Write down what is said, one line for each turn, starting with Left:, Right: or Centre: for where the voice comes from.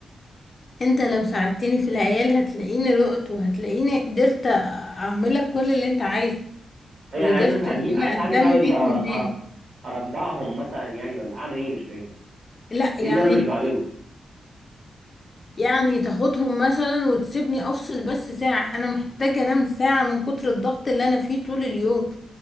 Left: انت لو ساعدتني في العيال هتلاقيني رقت وهتلاقيني قدرت اعملك كل اللي انت عايزه
Right: اي
Left: وقدرت
Right: انا عايز اساعدك
Left: ان
Right: اساعدك
Left: انا اهتم
Right: اعمل
Left: بيك
Right: ايه أر-
Left: من تاني
Right: أر- اردعهم مثلا يعني ولا اعمل ايه مش فاهم
Left: لا
Right: ايه
Left: يعني
Right: اللي انا مش بعمله
Left: يعني تاخدهم مثلا وتسيبني افصل بس ساعة انا محتاجة انام ساعة من كتر الضغط اللي انا فيه طول اليوم